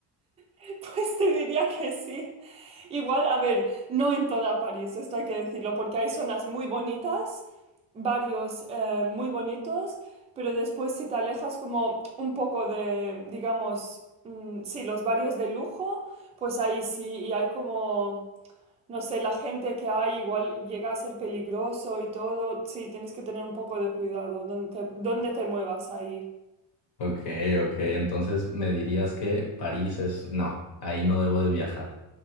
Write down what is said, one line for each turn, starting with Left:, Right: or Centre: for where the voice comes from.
Right: <laughs> Pues te diría que sí. Igual, a ver, no en toda París, esto hay que decirlo, porque hay zonas muy bonitas, varios eh, muy bonitos, pero después si te alejas como un poco de, digamos, mm, sí, los barrios de lujo, pues ahí sí, y hay como, no sé, la gente que hay, igual llega a ser peligroso y todo, sí, tienes que tener un poco de cuidado donde te, dónde te muevas ahí.
Left: Ok, ok, entonces me dirías que París es... No, ahí no debo de viajar.